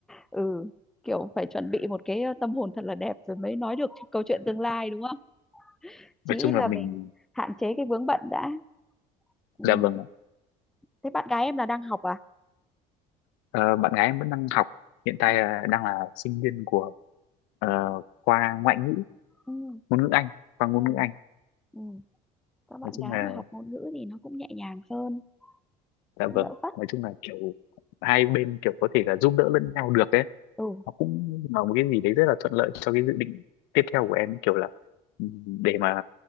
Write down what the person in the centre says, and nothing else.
Ừ. Kiểu phải chuẩn bị một cái ờ, tâm hồn thật là đẹp rồi mới nói được câu chuyện tương lai đúng không?
Chí ít
là
mình hạn chế cái vướng bận đã ừ.
thế bạn gái em là đang học à
Ừ.
ừ.
Ừ.
Ừ. các bạn
gái
mà học ngôn ngữ thì nó cũng nhẹ nhàng hơn
cũng
đỡ vất
ừ.